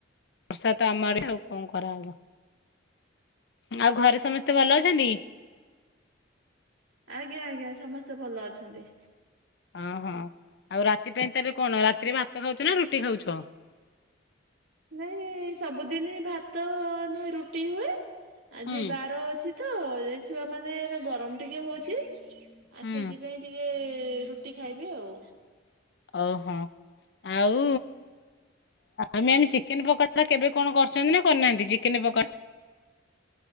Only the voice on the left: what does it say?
ବର୍ଷା ତ ଆମ ଆଡେ <unintelligible> ଆଉ କଣ କରାହବ ଆଉ ଘରେ ସମସ୍ତେ ଭଲ ଅଛନ୍ତି?
ଓହଁ ଆଉ ରାତି ପାଇଁ ତାହେଲେ କଣ ରାତିରେ ଭାତ ଖାଉଛ ନା ରୁଟି ଖାଉଛ?
ହୁଁ
ହୁଁ।
ଓହୋ ଆଉ ଆମେ ଆମ ଚିକେନ ପକ ଡ଼ା କେବେ କଣ କରଛନ୍ତି ନା କରିନାହାନ୍ତି ଯେ ଚିକେନ୍ ପକଡ଼ା?